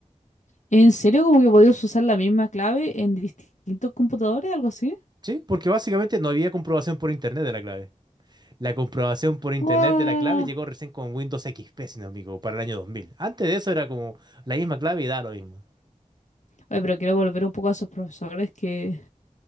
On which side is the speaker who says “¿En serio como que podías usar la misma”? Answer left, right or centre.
Left